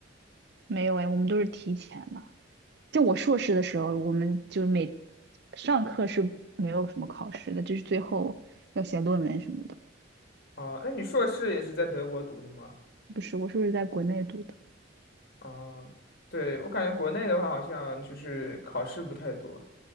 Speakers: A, on the right; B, on the left.
A: 没有哎，我们都是提前的。就我硕士的时候，我们就每上课是没有什么考试的，就是最后要写论文什么的。
B: 啊？那你硕士也是在德国读的吗？
A: 不是，我硕士在国内读的，
B: 嗯，对，我感觉国内的话，好像就是考试不太多。